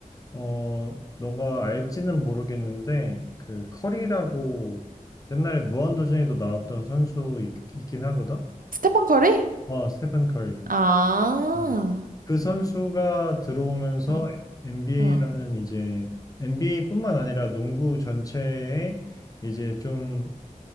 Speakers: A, on the left; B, on the right.
A: 어, 너가 알지는 모르겠는데, 그, 커리라고 옛날에 무한도전에도 나왔던 선수 있, 있긴 하거든?
B: 스테판 커리?
A: 어, 스테픈 커리.
B: 아,
A: 음. 그 선수가 들어오면서
B: 어,
A: NBA라는
B: 어.
A: 이제 NBA뿐만 아니라 농구 전체에 이제 좀